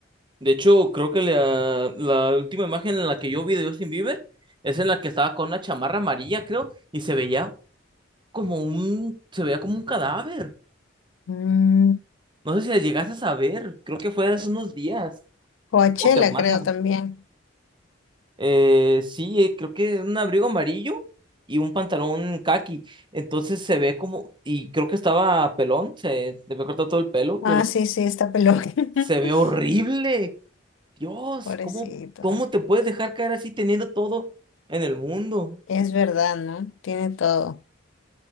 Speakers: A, on the right (about 25°); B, on the left (about 85°).
A: De hecho, creo que la, la última imagen en la que yo vi de Justin Bieber es en la que estaba con una chamarra amarilla, creo, y se veía como un, se veía como un cadáver.
B: Mm,
A: No sé si la llegaste a ver, creo que fue hace unos días
B: Coachella,
A: o semanas.
B: creo también.
A: Eh, sí, eh, creo que un abrigo amarillo y un pantalón caqui. Entonces se ve como, y creo que estaba pelón, se le había cortado todo el pelo,
B: Ah,
A: pero
B: sí, sí, está peludo. <laughs>
A: se ve horrible. Dios,
B: Pobrecito.
A: ¿cómo, cómo te puedes dejar caer así teniendo todo en el mundo?
B: Es verdad, ¿no? Tiene todo.